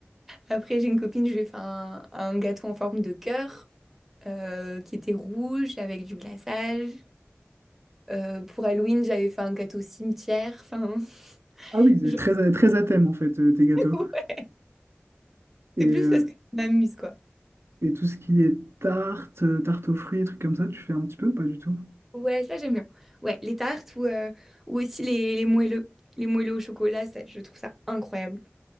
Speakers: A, in the centre; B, on the right.
A: Après, j'ai une copine, je lui ai fait un, un gâteau en forme de cœur, euh, qui était rouge, avec du glaçage. Euh, pour Halloween, j'avais fait un gâteau cimetière. Enfin,
B: Ah
A: <laughs>
B: oui, c'est
A: je-
B: très, à- très à thème en fait, euh, tes gâteaux.
A: <laughs> ouais,
B: Et,
A: c'est
B: euh,
A: plus parce que ça m'amuse, quoi.
B: Et tout ce qui est tarte, euh, tarte aux fruits, trucs comme ça, tu fais un petit peu ou pas du tout?
A: Ouais, ça j'aime bien. Ouais, les tartes ou, euh, ou aussi les, les moelleux. Les moelleux au chocolat, ça, je trouve ça incroyable.